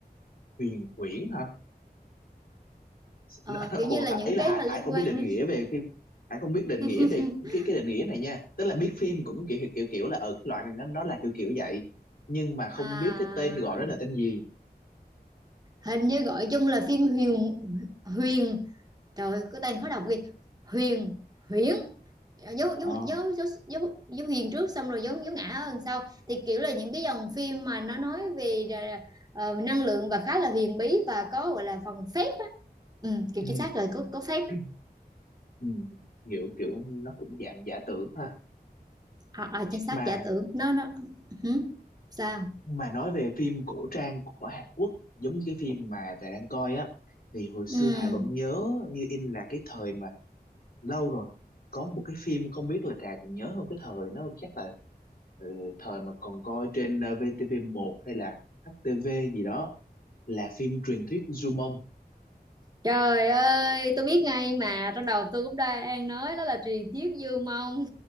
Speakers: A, on the left (about 65°); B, on the right (about 25°).
A: Huyền Huyễn hả? <laughs>
B: ờ, kiểu như
A: Ủa,
B: là những
A: ý là
B: cái
A: Hải,
B: mà liên
A: Hải không
B: quan
A: biết định
B: đến
A: nghĩa về phim Hải không biết định nghĩa
B: <laughs>
A: về cái cái định nghĩa này nha tức là biết phim cũng kiểu kiểu kiểu là ở cái loại này nó nó là kiểu kiểu vậy nhưng mà không
B: à,
A: biết cái tên gọi đó là tên gì
B: hình như gọi chung là phim huyền huyền trời ơi, có tên khó đọc kìa huyền huyễn dấu
A: ờ
B: dấu dấu dấu, dấu, dấu huyền trước xong rồi dấu dấu ngã hơn sau thì kiểu là những cái dòng phim mà nó nói về ờ, năng lượng và khá là huyền bí và có gọi là phần phép ừ, kiểu
A: ừ.
B: chính xác rồi có có phép
A: <clears throat> ừ. kiểu kiểu nó cũng dạng giả tưởng ha
B: à, à, chính xác
A: mà
B: giả tưởng nó nó hử? sao
A: mà nói về phim cổ trang của Hàn Quốc giống như cái phim mà Trà đang coi á thì hồi xưa
B: ừ.
A: Hải vẫn nhớ như in là cái thời mà lâu rồi có một cái phim không biết là Trà còn nhớ không cái thời nó chắc là ờ, thời mà còn coi trên ờ, VTV1 hay là HTV gì đó là phim truyền thuyết Dumont
B: trời ơi tôi biết ngay mà trong đầu tôi cũng đang nói đó là truyền thuyết Dương Mông